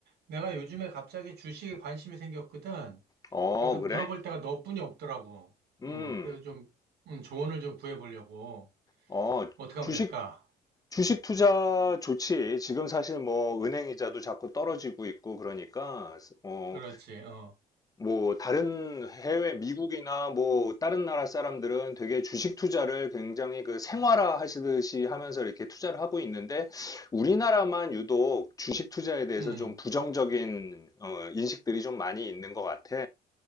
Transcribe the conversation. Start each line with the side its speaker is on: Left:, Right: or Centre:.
Right: 내가 요즘에 갑자기 주식에 관심이 생겼거든.
Left: 어,
Right: 그래서
Left: 그래?
Right: 물어볼 때가 너뿐이 없더라고.
Left: 음,
Right: 음, 그래서 좀, 음, 조언을 좀 구해보려고.
Left: 어,
Right: 어떻게 하면
Left: 주식,
Right: 될까?
Left: 주식 투자 좋지. 지금 사실 뭐 은행 이자도 자꾸 떨어지고 있고 그러니까, 어,
Right: 그렇지, 어.
Left: 뭐 다른 해외, 미국이나 뭐 다른 나라 사람들은 되게 주식 투자를 굉장히 그 생활화 하시듯이 하면서 이렇게 투자를 하고 있는데, 우리나라만 유독 주식 투자에 대해서
Right: 음,
Left: 좀 부정적인, 어, 인식들이 좀 많이 있는 것 같아.